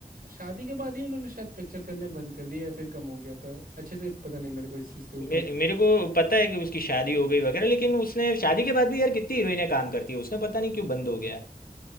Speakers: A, on the right (about 85°); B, on the left (about 85°).
A: शादी के बाद ही उन्होंने शायद पिक्चर करने बंद कर दिया या फिर कम हो गया था अच्छे से पता नहीं मेरे को इस चीज़ के ऊपर
B: मे, मेरे को पता है कि उसकी शादी हो गई वगैरह लेकिन उसने शादी के बाद भी यार कितनी हीरोइनें काम करती है उसने पता नहीं क्यों बंद हो गया